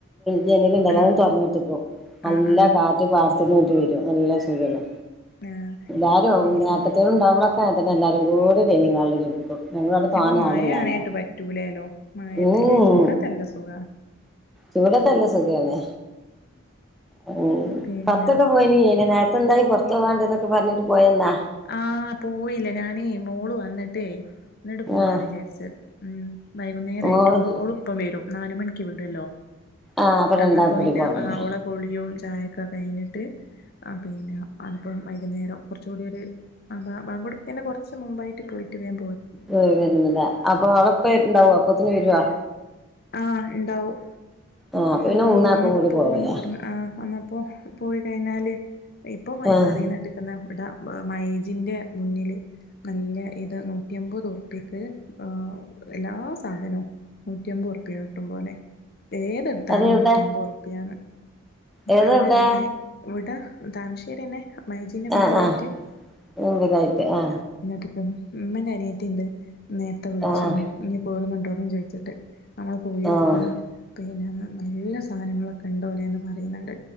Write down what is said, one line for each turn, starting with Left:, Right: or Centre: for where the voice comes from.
Centre: ജനല്ണ്ടല്ലോ
Left: ആഹ്
Centre: അതും തൊറന്നിട്ടിക്കും നല്ല
Left: ആഹ് ആഹ്
Centre: കാറ്റ് പാടത്തിന്നിങ്ങട്ട് വെരും നല്ല സുഖാണ്.
Left: ആഹ്
Centre: എല്ലാരോം
Left: പിന്നെ
Centre: ഏട്ടത്തികള്ണ്ടാവമ്പളക്കെ ഇതന്നെ എല്ലാരും കൂടി ഡൈനിംഗ് ഹാളില് കെടക്കും. നിങ്ങളടെ തോനെ
Left: ഇപ്പൊ മഴ
Centre: ആളില്ലാല്ലേ
Left: ആണേട്ട് പറ്റൂലേലോ മഴയത്തില്ലേ
Centre: ഉം
Left: ചൂടത്തല്ല സുഖാ
Centre: ചൂടത്തല്ലേ സുഖാണ്. ഉം
Left: പിന്നെ
Centre: പൊറത്തൊക്കെ പോയിനി നേരത്തെന്തായി പൊറത്ത് പോകണ്ടന്നൊക്കെ പറഞ്ഞിട്ട് പോയന്നാ?
Left: ആ പോയില്ല ഞാനേ മോള് വന്നിട്ടേ ന്നിട്ട് പോവാന്നിചാരിച്ച്
Centre: ആഹ്
Left: ഉം വൈകുന്നേരായിട്ട്
Centre: മോള്
Left: ഓള് ഓളിപ്പം വെരും. നാല് മണിക്ക് വിട്ല്ലോ
Centre: ആഹ് അപ്പൊ രണ്ടാക്കും
Left: എന്നപ്പോ
Centre: കൂടി
Left: ഇന്ന
Centre: പോവല്ലേ
Left: ആ ഓളെ കുളിയും ചായക്കെ കഴിഞ്ഞിട്ട് ആ പിന്നെ അതിപ്പം വൈകുന്നേരം കൊറച്ച് കൂടി ഒര് ആ ബാ ബാങ്കൊടുത്തെനെ കൊറച്ച് മുമ്പായിട്ട് പോയിട്ട് വേം
Centre: വരുന്നില്ല അപ്പൊ ഓളെപ്പണ്ടാവോ അപ്പൊത്തിന് വെരുവാ?
Left: ആ ഇണ്ടാവും
Centre: ആഹ് അപ്പൊ പിന്നെ
Left: അപ്പ
Centre: മൂന്നാക്കും
Left: പ്പ അന്നപ്പം
Centre: കൂടി
Left: പോവാന്ന്
Centre: പോവലാ
Left: പറഞ്ഞ ആ അന്ന ഇപ്പോ പോയി കഴിഞ്ഞാല് ഇപ്പ
Centre: ആഹ്
Left: പറയുന്നേട്ടിക്കല്ലോ ടാ മൈജിന്റെ മുന്നില് നല്ല ഇത് നൂറ്റിമ്പത് ഉറുപ്പിക്ക് ആ എല്ലാ സാധനോം നൂറ്റിമ്പത് ഉറുപ്പ്യ കിട്ടും പോലെ. ഏതെടുത്താലും
Centre: അത് എവിടെ
Left: നൂറ്റിമ്പത് ഉറുപ്പിയാണ്
Centre: ഏതാ
Left: ഇവടന്നെ
Centre: എവിടെ
Left: മൈ ഇവട താമരശേരിന്നെ മൈജിന്റെ മുമ്പിലായിട്ട്
Centre: ആഹ് ആഹ് മുമ്പിലായിട്ട് ആ
Left: കിട്ടും മ്മേന്റെ അനിയത്തിണ്ട് നേരത്തെ വിളിച്ചീനു
Centre: ആഹ്
Left: നീ പോരുന്നുണ്ടോന്നും ചോദിച്ചിട്ട്. ഞങ്ങള് പോയോക്ക
Centre: ആഹ്
Left: പിന്നെ നല്ല സാനങ്ങളൊക്കെ ഉണ്ടോലേന്ന് പറയുന്ന്ണ്ട്.